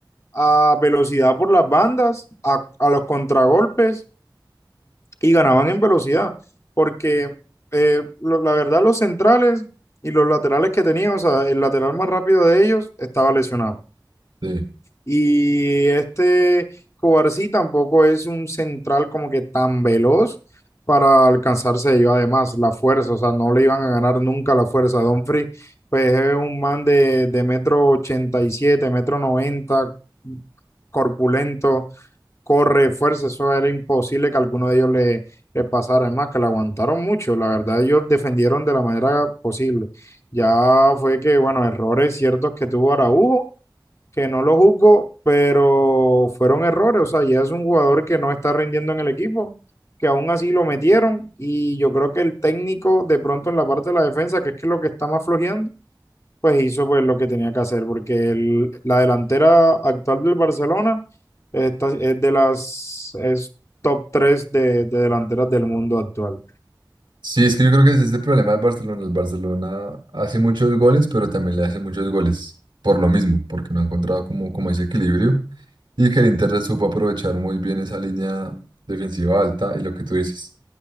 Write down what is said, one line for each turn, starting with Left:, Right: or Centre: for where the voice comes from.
Left: a velocidad por las bandas, a, a los contragolpes y ganaban en velocidad. Porque eh, lo- la verdad, los centrales y los laterales que tenían, o sea, el lateral más rápido de ellos estaba lesionado.
Right: Sí.
Left: Y este Cubarsí tampoco es un central como que tan veloz para alcanzarse yo. Además, la fuerza, o sea, no le iban a ganar nunca la fuerza. Dumfries, pues es un man de, de metro ochenta y siete, metro noventa, corpulento, corre, fuerza, eso era imposible que alguno de ellos le, le pasara. Además, que le aguantaron mucho, la verdad, ellos defendieron de la manera posible. Ya fue que, bueno, errores ciertos que tuvo Araujo que no lo juzgo, pero fueron errores. O sea, ya es un jugador que no está rindiendo en el equipo, que aún así lo metieron. Y yo creo que el técnico, de pronto en la parte de la defensa, que es que lo que está más flojeando, pues hizo pues lo que tenía que hacer, porque el- la delantera actual del Barcelona está- es de las es top 3 de, de delanteras del mundo actual.
Right: Sí, es que yo creo que ese es el problema del Barcelona. El Barcelona hace muchos goles, pero también le hace muchos goles por lo mismo, porque no ha encontrado como, como ese equilibrio y que el Inter supo aprovechar muy bien esa línea defensiva alta y lo que tú dices,